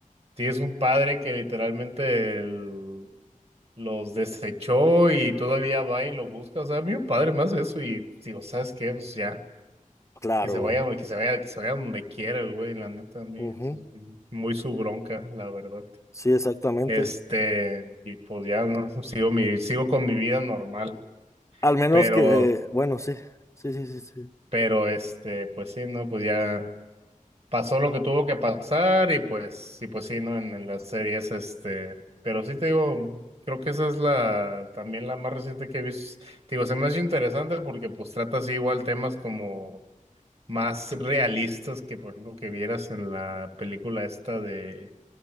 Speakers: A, on the right; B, on the left.
A: Tienes un padre que literalmente el- los desechó y todavía va y lo busca. O sea, a mí un padre más eso y digo, ¿sabes qué? Pues ya,
B: Claro,
A: que se vaya,
B: güey.
A: que se vaya, que se vaya donde quiera el güey, la neta, a mí
B: Ujú,
A: eso es muy su bronca, la verdad.
B: Sí, exactamente.
A: Este, y pues ya, ¿no? Sigo mi, sigo con mi vida normal,
B: Al menos
A: pero,
B: que, eh, bueno, sí, sí, sí, sí, sí.
A: pero este, pues sí, no, pues ya. pasó lo que tuvo que pasar y pues, y pues sí, ¿no? En, en las series, este, pero sí te digo, creo que esa es la, también la más reciente que he visto. Te digo, se me hace interesante porque pues trata así igual temas como más realistas que, por ejemplo, que vieras en la película esta de,